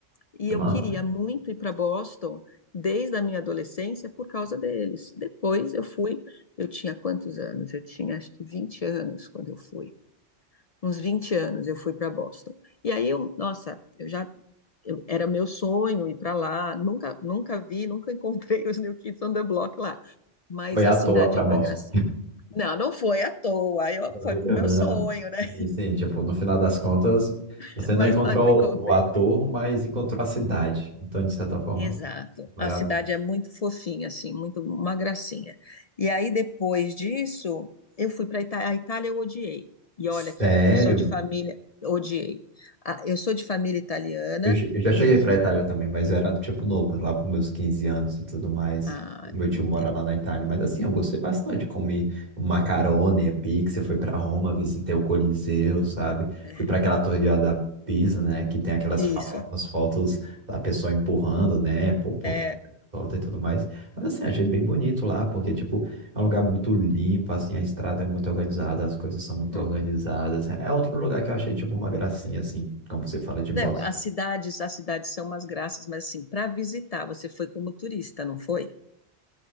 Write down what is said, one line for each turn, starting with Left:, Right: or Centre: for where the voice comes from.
Left: E
Right: Que
Left: eu
Right: massa.
Left: queria muito ir para Boston desde a minha adolescência por causa deles. Depois eu fui, eu tinha quantos anos? Eu tinha acho que 20 anos quando eu fui. Uns 20 anos eu fui para Boston. E aí eu, nossa, eu já eu- era meu sonho ir para lá. Nunca, nunca vi, nunca <laughs> encontrei os New Kids on the Block lá. Mas
Right: Foi à
Left: a cidade
Right: toa pra
Left: é uma
Right: Boston.
Left: gracinha. Não, não foi à toa. Eu
Right: Tô
Left: foi pro meu
Right: né?
Left: sonho, né?
Right: E sim, tipo, no final das contas,
Left: <laughs>
Right: você não
Left: Mas
Right: encontrou
Left: lá não encontrei.
Right: o ator, mas encontrou a cidade. Então, de certa forma,
Left: Exato.
Right: valeu
Left: A cidade
Right: a pena.
Left: é muito fofinha, assim, muito uma gracinha. E aí, depois disso, eu fui para a Itália. A Itália eu odiei. E
Right: Sério?
Left: olha que eu, eu sou de família, odiei. Ah, eu sou de família italiana
Right: Eu j- eu já cheguei
Left: e.
Right: pra Itália também, mas eu era, tipo, novo, lá pros meus 15 anos e tudo mais.
Left: Ah,
Right: Meu tio
Left: entendo.
Right: mora lá na Itália, mas assim, eu gostei bastante. Comi macarone, pizza, fui pra Roma, visitei o Coliseu, sabe?
Left: É,
Right: Fui pra aquela Torre de- da Pisa, né? Que tem aquelas
Left: Isso.
Right: famosas fotos da pessoa empurrando, né? Por, porque
Left: É.
Right: solta e tudo mais. Mas assim, achei bem bonito lá, porque, tipo, é um lugar muito limpo, assim, a estrada é muito organizada, as coisas são muito
Left: uhum.
Right: organizadas. É outro lugar que eu achei, tipo, uma gracinha, assim, como você fala de bossa.
Left: Não, as cidades, as cidades são umas graças, mas assim, para visitar, você foi como turista, não foi?